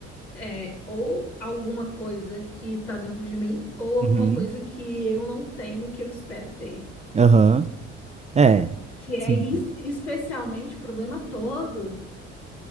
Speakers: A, on the left; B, on the right.
A: é, ou alguma coisa que tá dentro de mim, ou alguma
B: Uhum.
A: coisa que eu não tenho, que eu espero ter.
B: Aham. É.
A: Que é
B: Sim.
A: is- especialmente o problema todo.